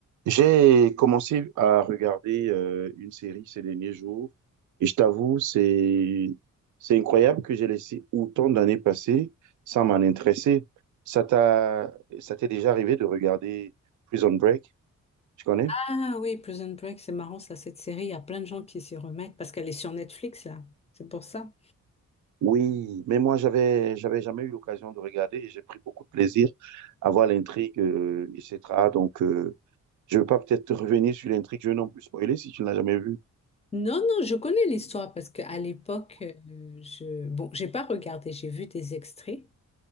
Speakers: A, on the right (about 75°); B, on the left (about 20°).
A: J'ai commencé à regarder euh, une série ces derniers jours et je t'avoue, c'est c'est incroyable que j'ai laissé autant d'années passer sans m'en intéresser. Ça t'a ça t'est déjà arrivé de regarder Prison Break, tu connais?
B: Ah oui, Prison Break, c'est marrant ça, cette série, il y a plein de gens qui s'y remettent parce qu'elle est sur Netflix là, c'est pour ça.
A: Oui, mais moi j'avais j'avais jamais eu l'occasion de regarder et j'ai pris beaucoup de plaisir à voir l'intrigue, euh, etc. Donc euh, je veux pas peut-être te revenir sur l'intrigue, je vais non plus spoiler si tu ne l'as jamais vu.
B: Non, non, je connais l'histoire parce qu'à l'époque, euh, je bon, j'ai pas regardé, j'ai vu des extraits